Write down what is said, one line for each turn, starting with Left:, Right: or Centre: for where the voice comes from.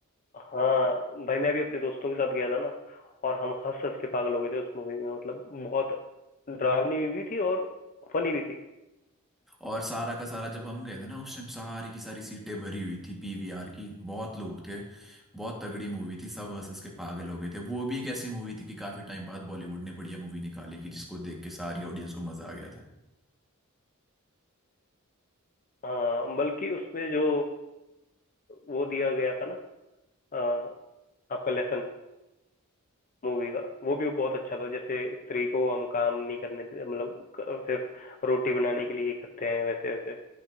Left: हाँ भाई मैं भी अपने दोस्तों के साथ गया था ना और हम हंस हंस के पागल हो गए थे उस मूवी में मतलब बहुत डरावनी भी थी और फनी भी थी
Centre: और सारा का सारा जब हम गए थे ना उस टाइम सारी की सारी सीटें भरी हुई थी पीवीआर की बहुत लोग थे बहुत तगड़ी मूवी थी सब हंस हंस के पागल हो गए थे वो भी एक ऐसी मूवी थी कि काफी टाइम बाद बॉलीवुड ने बढ़िया मूवी निकाली कि जिसको देख के सारी ऑडियंस को मजा आ गया था
Left: हाँ बल्कि उसमें जो वो दिया गया था ना अ, आपका लेसन मूवी का वो भी बहुत अच्छा था जैसे स्त्री को हम काम नहीं करने देते मतलब क- सिर्फ रोटी बनाने के लिए ही करते हैं वैसे वैसे